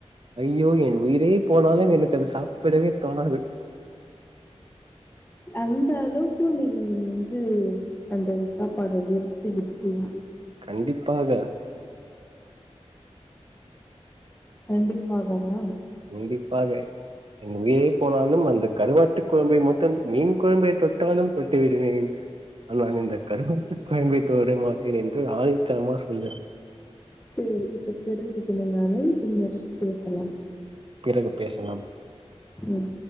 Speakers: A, on the right (about 50°); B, on the left (about 20°).
A: ஐயோ என் உயிரே போனாலு ப்ப எனக்கு அது சாப் புரவே தோணாது
B: அந்த அளவுக்கு நீ வந்து அந்த சாப்பாட வெறுத்துவிட் <unintelligible>
A: கண்டிப்பாக,
B: கண்டிப்பாகவா
A: கண்டிப்பாக என் உயிரே போனாலும் அந்த கருவாட்டு குழம்பை மட்டும் மீன் குழம்பை தொட்டாலும் தொட்டுவிடுவேன் ஆனால் இந்த கருவாட்டு குழம்பை தொட மாட்டேன் என்று ஆனித்தனமா சொல்லுறே
B: சேரி இப்ப தெரிஞ்சுக்குண நானு பின்னர் பேசலாம்
A: பிறகு பேசலாம்
B: ம்